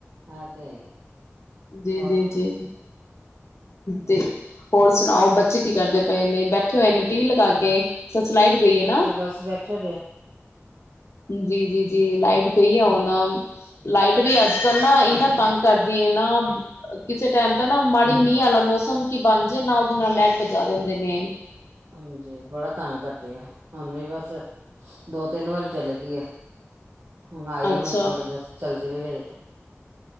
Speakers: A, on the right; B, on the left.
A: ਇਹ ਤੇ ਹੈਗਾ
B: ਜੀ
A: ਹੋਰ
B: -ਜੀ- ਜੀ ਤੇ ਹੋਰ ਸੁਣਾਓ, ਬੱਚੇ ਕੀ ਕਰਦੇ ਪਏ ਨੇੇ ਬੈਠੇ ਹੋਏ ਨੇ ਟੀ ਵੀ ਲਗਾ ਕੇ ਸੱਚ ਲਾਈਟ ਗਈ ਹੈ
A: ਬੱਚੇ
B: ਨਾ
A: ਬਸ ਬੈਠੇ ਦੇ ਏ।
B: ਜੀ- ਜੀ- ਜੀ ਲਾਈਟ ਗਈ ਆ ਹੁਣ, ਲਾਈਟ ਵੀ ਅੱਜ ਕੱਲ ਨਾ ਇੰਨਾ ਤੰਗ ਕਰਦੀ ਹੈ ਨਾ। ਕਿਸੇ ਟਾਈਮ ਦਾ ਨਾ ਮ ਮੀਂਹ ਵਾਲਾ ਮੌਸਮ ਕੀ ਬਣਜੇ ਨਾਲ ਦੀ ਨਾਲ ਲੈਟ ਪਜਾ ਦਿੰਦੇ ਨੇ
A: ਹਾਂਜੀ। ਬੜਾ ਤੰਗ ਕਰਦੇ ਆ, ਹੁਣ ਵੀ ਬਸ ਦੋ- ਤਿੰਨ ਵਾਰੀ ਚਲੇ ਗਈ ਆ ਹੁਣ ਆਈ
B: ਅੱਛਾ
A: ਹੁ ਥੋੜੀ ਦੇਰ ਚੱਲਦੀ <unintelligible> ਹੂੰਨੇ ਤਕ